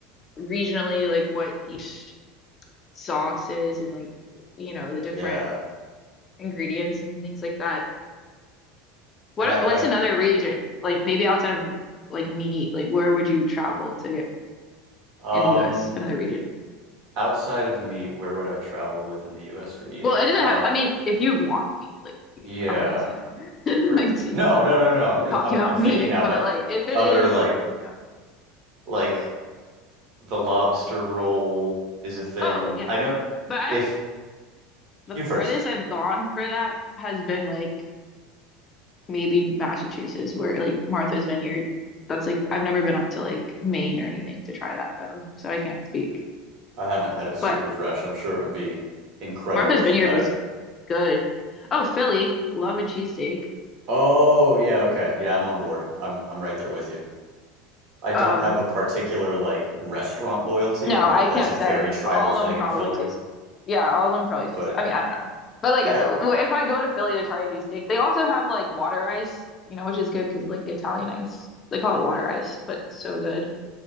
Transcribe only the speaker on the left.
regionally like what each sauce is and like you know the different
ingredients and things like that. What
what's another region? Like maybe outside of like meat, like where would you travel to get
in the US,
another region?
Well, it doesn't
have I mean, if you want meat, like
I'm not gonna say no.
<laughs> Like to
you
talking
about
meat,
but
like if it
is,
you know.
Oh yeah.
But I
have The
farthest
I've gone for that has been like maybe Massachusetts, where like Martha's Vineyard. That's like I've never been up to like Maine or anything to try that though, so I can't speak.
But
Martha's
Vineyard
was
good. Oh, Philly, love a cheesesteak.
Um,
no,
I
can't
say.
All
of them probably
taste. Yeah, all of them probably taste.
I mean, I don't know. But like
w- if I go to Philly to try a cheesesteak, they also have like water ice, you know, which is good because like the Italian ice. They call it water ice, but so good